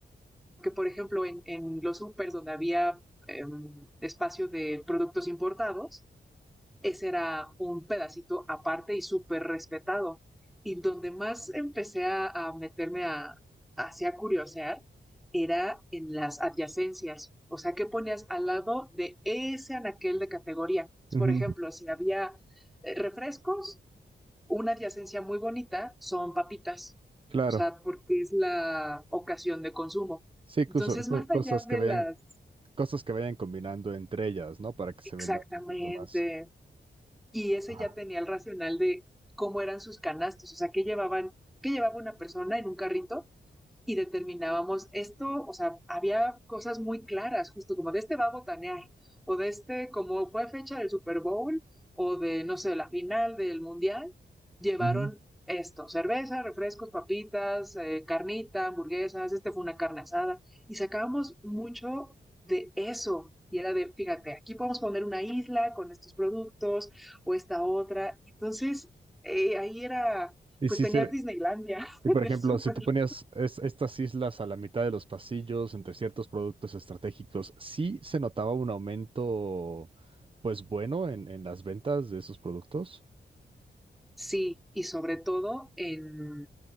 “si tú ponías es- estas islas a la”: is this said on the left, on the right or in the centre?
Right